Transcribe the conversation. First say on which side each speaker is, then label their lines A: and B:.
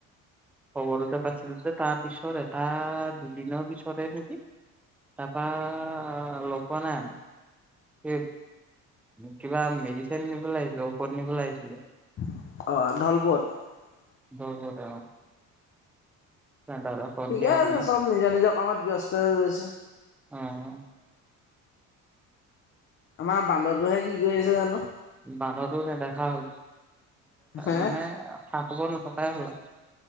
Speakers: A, in the centre; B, on the left.
A: খবৰতে পাইছিলো যে। তাৰপিছত এটা দুদিনৰ পিছতে নেকি তাপা লগ পোৱা নাই আৰু। সি কিবা মেডিচিন নিবলৈ আহিছিল। ঔষধ নিবলৈ আহিছিলে।
B: অঁহ <unintelligible>
A: <unintelligible> সন্ধিয়া
B: ঠিকে আছে।
A: সময়ত
B: চব নিজৰ, নিজৰ কামত ব্যস্ত হৈ গৈছে।
A: অঁ
B: আমাৰ বান্দৰ টোহে কি কৰি আছে জানো?
A: বান্দৰটো নেদেখা হ'ল।
B: হে
A: মানে- খা- খবৰ নথকাই হ'ল আৰু।